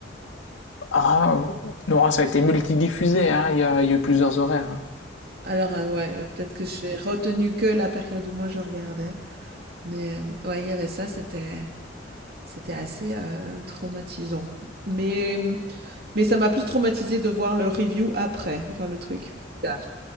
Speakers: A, on the left (about 85°); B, on the right (about 55°).
A: Ah, non, ça a été multidiffusé. Hein. Il y a, il y a eu plusieurs horaires. hein.
B: Alors, heu, ouais, peut-être que j'ai retenu que la période où moi je regardais, mais, hem, ouais, il y avait ça, c'était c'était assez, heu, traumatisant. Mais, mmh, mais ça m'a plus traumatisé de voir le review après, enfin le truc plus tard.